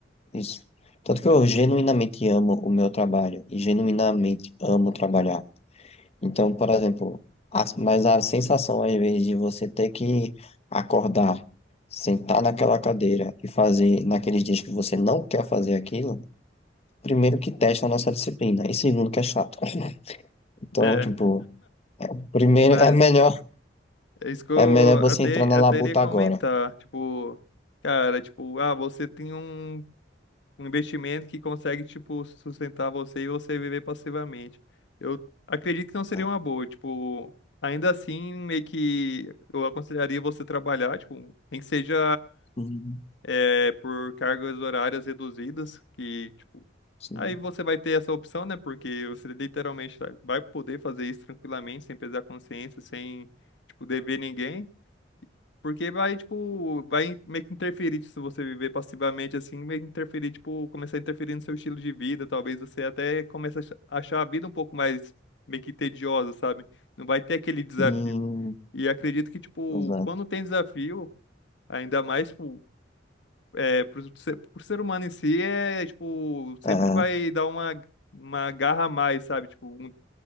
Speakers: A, on the left (about 35°); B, on the left (about 75°).
A: isso. Tanto que
B: Tipo,
A: eu genuinamente amo o meu trabalho e genuinamente amo trabalhar. Então, por exemplo, a- mas a sensação às vezes de você ter que acordar, sentar naquela cadeira e fazer naqueles dias que você não quer fazer aquilo, primeiro que testa a nossa disciplina e segundo que é chato. Então,
B: é.
A: tipo, primeiro
B: Mas
A: é melhor
B: é isso que eu
A: é melhor você
B: até,
A: entrar na
B: até
A: labuta
B: iria comentar.
A: agora.
B: Tipo, cara, tipo, ah, você tem um. um investimento que consegue, tipo, sustentar você e você viver passivamente. Eu acredito que
A: Exato.
B: não seria uma boa, tipo, ainda assim, meio que eu aconselharia você trabalhar, tipo, nem que seja
A: Sim,
B: é, por cargas horárias reduzidas, que, tipo,
A: sim.
B: aí você vai ter essa opção, né? Porque você literalmente tá- vai poder fazer isso tranquilamente, sem pesar consciência, sem, tipo, dever ninguém. Porque vai, tipo, vai meio que interferir tipo, se você viver passivamente assim, meio que interferir, tipo, começar a interferir no seu estilo de vida. Talvez você até comece a ach- achar a vida um pouco mais meio que tediosa, sabe? Não vai ter aquele desafio.
A: Sim,
B: E acredito que, tipo,
A: exato.
B: quando tem desafio, ainda mais, tipo, é, pro ser, pro ser humano em si, é, tipo, sempre
A: É,
B: vai dar uma, uma garra a mais, sabe? Tipo, um,